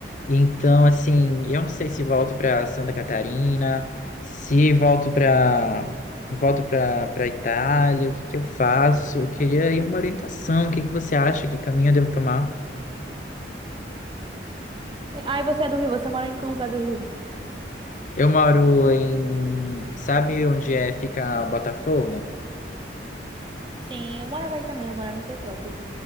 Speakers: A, on the left (about 45°); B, on the right (about 25°).
A: Então, assim, eu não sei se volto para Santa Catarina, se volto para volto para para Itália, o que que eu faço? Eu queria aí uma orientação, o que que você acha, que caminho eu devo tomar?
B: Aí você é do Rio, você mora em que lugar do Rio?
A: Eu moro em. Sabe onde é fica o Botafogo?
B: Sim, eu morava aí também, eu morava em Petrópolis.